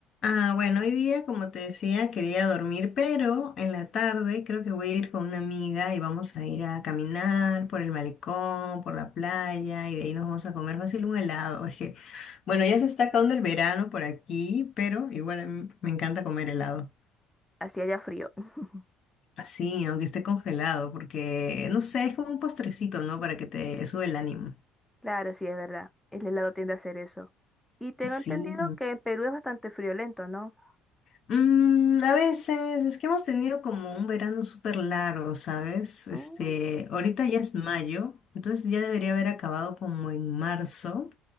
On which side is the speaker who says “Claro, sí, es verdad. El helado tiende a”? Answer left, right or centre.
Centre